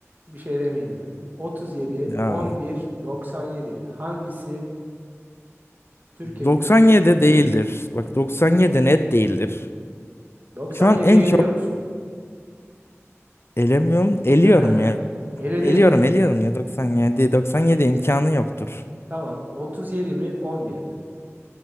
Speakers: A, on the right; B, on the left.
A: bir şey demeyeyim yani. 37,
B: ya
A: 11, 97 hangisidir? Türkiye
B: 97
A: 104.
B: değildir. Bak 97 net değildir.
A: 97'yi
B: Şu an en
A: eliyor
B: çok
A: musun?
B: elemiyorum, eliyorum
A: <laughs> Eledin.
B: Eliyorum eliyorum ya doksan yedi. doksan yedi imkanı yoktur.
A: Tamam. 37 mi 11 mi?